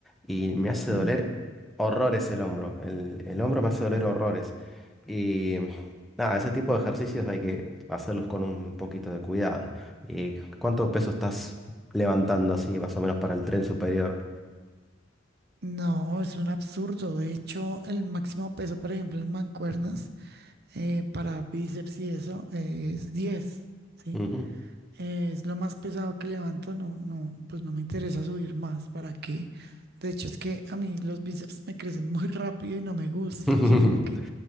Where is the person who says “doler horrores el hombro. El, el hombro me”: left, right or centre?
Centre